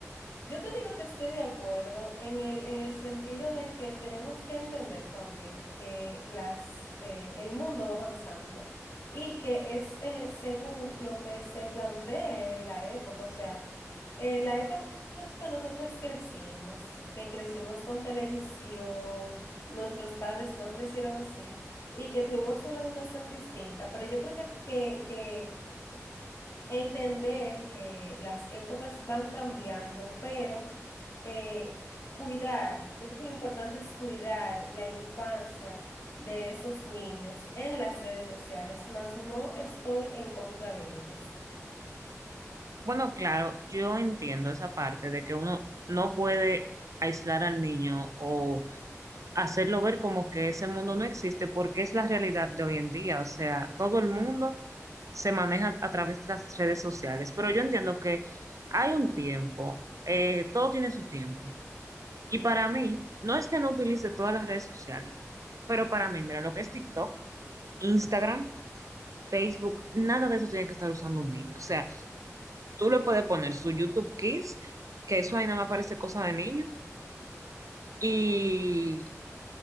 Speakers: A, on the left; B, on the right.
A: yo te digo que estoy de acuerdo en el, en el sentido de que tenemos que entender también que las, eh, el mundo va avanzando y que es eh, según lo que se plantee en la época. O sea, en la época que nosotras crecimos, que crecimos con televisión, nuestros padres no crecieron así y que tuvimos una educación distinta, pero yo creo que, que que entender que las épocas van cambiando, pero eh, cuidar, yo creo que lo importante es cuidar la infancia de esos niños en las redes sociales, mas no estoy en contra de ellas.
B: Bueno, claro, yo entiendo esa parte de que uno no puede aislar al niño o hacerlo ver como que ese mundo no existe, porque es la realidad de hoy en día. O sea, todo el mundo se maneja a través de las redes sociales, pero yo entiendo que hay un tiempo, eh, todo tiene su tiempo. Y para mí, no es que no utilice todas las redes sociales, pero para mí, mira, lo que es TikTok, Instagram, Facebook, nada de eso tiene que estar usando un niño. O sea, Tú le puedes poner su YouTube Kids, que eso ahí nada más parece cosa de niño. Y